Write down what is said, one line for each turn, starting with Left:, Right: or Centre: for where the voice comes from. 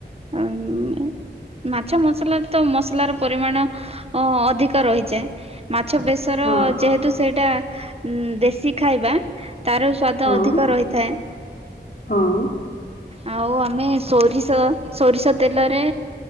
Right: ଉ ମାଛ ମସଲାରେ ତ ମସଲାର ପରିମାଣ ଅ ଅଧିକ ରହିଯାଏ ମାଛ ବେଶୀ ର
Left: ହଁ ହଁ
Right: ଯେହେତୁ ସେଇଟା ଉ ଦେଶୀ ଖାଇବା ତାର ସ୍ଵାଦ
Left: ହଁ
Right: ଅଧିକ ରହିଥାଏ।
Left: ହଁ।
Right: ଆଉ ଆମେ ସୋରିଷ ସୋରିଷ ତେଲରେ